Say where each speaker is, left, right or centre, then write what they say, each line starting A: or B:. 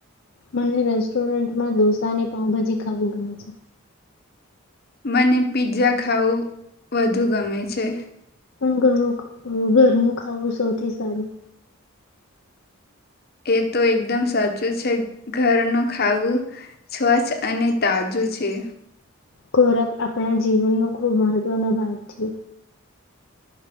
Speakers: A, on the left; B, on the left.
A: મને રેસ્ટોરન્ટમાં ડોસા અને પાઉભાજી ખાવું ગમે છે.
B: મને પીઝા ખાવું વધુ ગમે છે.
A: પણ ઘરનું ઘર નું ખાવું સૌથી સારું
B: એ તો એકદમ સાચું છે ઘરનું ખાવું સ્વચ્છ અને તાજું છે.
A: ખોરાક આપણા જીવનનો ખૂબ મહત્વનો ભાગ છે.